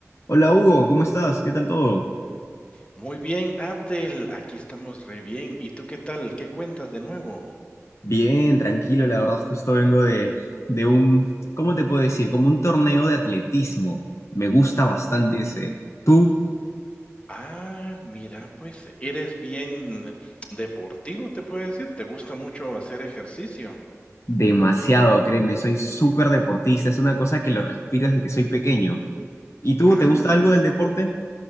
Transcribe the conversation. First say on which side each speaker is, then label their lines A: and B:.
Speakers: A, on the left; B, on the left.
A: Hola Hugo, ¿cómo estás? ¿Qué tal todo?
B: Muy bien, Abdel, aquí estamos re bien. ¿Y tú qué tal? ¿Qué cuentas de nuevo?
A: Bien, tranquilo, la verdad, justo vengo de, de un, ¿cómo te puedo decir? Como un torneo de atletismo. Me gusta bastante ese. Tú,
B: Ah, mira, pues eres bien deportivo, te puedo decir. ¿Te gusta mucho hacer ejercicio?
A: demasiado, créeme, soy súper deportista, es una cosa que lo respiro desde que soy pequeño. ¿Y tú,
B: Ah,
A: te gusta algo del deporte?